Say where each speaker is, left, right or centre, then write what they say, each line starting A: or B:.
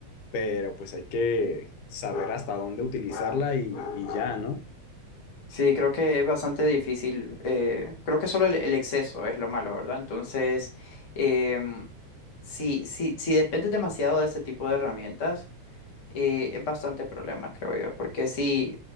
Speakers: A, on the left; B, on the left.
A: pero pues hay que saber hasta dónde utilizarla y, y ya, ¿no?
B: Sí, creo que es bastante difícil. eh, creo que solo el, el exceso es lo malo, ¿verdad? Entonces, em, si, si, si dependes demasiado de este tipo de herramientas, y es bastante problema, creo yo, porque sí,